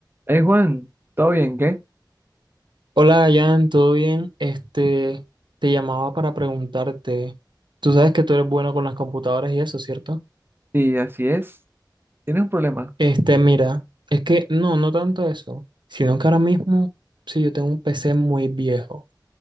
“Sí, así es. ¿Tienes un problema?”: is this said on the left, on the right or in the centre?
Right